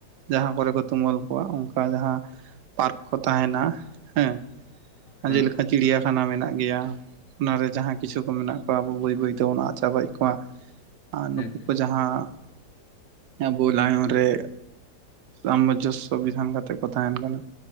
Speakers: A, on the right; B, on the left.
A: ᱡᱟᱦᱟᱸ ᱠᱚᱨᱮ ᱠᱚ ᱛᱩᱢᱟᱹᱞ ᱠᱚᱣᱟ ᱚᱱᱠᱟ ᱡᱟᱦᱟᱸ ᱯᱟᱨᱠ ᱠᱚ ᱛᱟᱦᱮᱱᱟ ᱦᱮᱸ
B: ᱦᱮᱸ ᱦᱮᱸ
A: ᱡᱮᱞᱮᱠᱟ ᱪᱤᱲᱤᱭᱟᱠᱷᱟᱱᱟ ᱢᱮᱱᱟᱜ ᱜᱮᱭᱟ ᱚᱱᱟᱨᱮ ᱡᱟᱦᱟᱸ ᱠᱤᱪᱷᱩ ᱠᱚ ᱢᱮᱱᱟᱜ ᱠᱚᱣᱟ ᱟᱵᱚ ᱵᱟᱹᱭ ᱵᱟᱹᱭ ᱛᱮᱵᱚᱱ ᱟᱫ ᱪᱟᱵᱟᱭᱮᱫ ᱠᱚᱣᱟ ᱟᱨ ᱱᱩᱠᱩ
B: ᱦᱮᱸ
A: ᱠᱚ ᱡᱟᱦᱟᱸ ᱟᱵᱚ ᱞᱟᱭᱚᱝ ᱨᱮ ᱥᱟᱢᱚᱡᱚᱥᱥᱚ ᱵᱤᱫᱷᱟᱱ ᱠᱟᱛᱮᱫ ᱠᱚ ᱛᱟᱦᱮᱱ ᱠᱟᱱᱟ